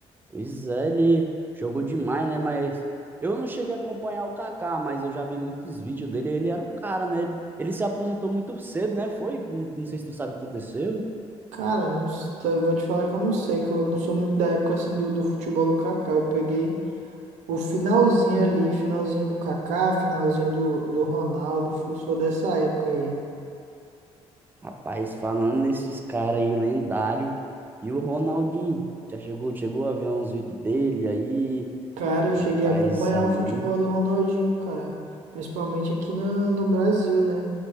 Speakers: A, on the right; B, on the right.
A: Pois é, ele jogou demais, né? Mas eu não cheguei a acompanhar o Kaká, mas eu já vi muitos vídeos dele, ele era o cara, né? Ele se aposentou muito cedo, né? Foi? Não, não sei se tu sabe o que aconteceu.
B: Cara, não, s- tá- eu vou te falar que eu não sei, que eu não sou muito da época assim do, do futebol do Kaká. Eu peguei o finalzinho ali, finalzinho do Kaká, finalzinho do, do Ronaldo, fu- sou dessa época aí.
A: Rapaz, falando nesses caras aí, lendário. E o Ronaldinho, já chegou, chegou a ver uns vídeos dele aí.
B: Cara, eu
A: Rapaz,
B: cheguei a acompanhar
A: ali,
B: o futebol do Ronaldinho, cara. Principalmente aqui na, no Brasil, né?